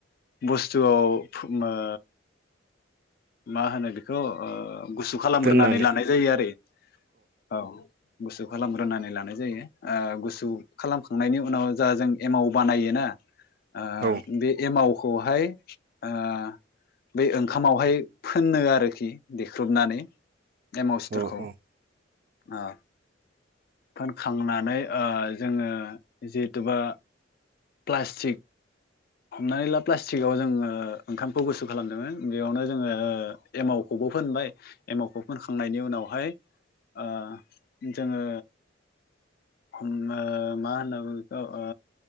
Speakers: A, on the left; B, on the right.
A: बुस्थुआव फुम ओ मा होनो बिखौ ओ गुसु खालामग्रोनानै
B: दोननानै
A: लानाय जायो आरो औ गुसु खालामग्रोनानै लानाय जायो आ गुसु खालामखांनायनि उनाव जा जों एमाव बानायोना आ
B: औ
A: बे एमावखौहाय ओ बै ओंखामावहाय फोननो आरोखि देख्रुबनानै एमाव सिथरखौ
B: औ औ
A: औ फोनखांनानै ओ जोङो जिहेतुबा प्लास्टिक हमनानै ला प्लास्टिकआव जोङो ओंखामखौ गुसु खालामदों बेयावनो जोङो एमाव खौबो फोनबाय एमावखौ फोनखांनायनि उनावहाय ओ जोङो उम ओ मा होनना बुङो बेखौ ओ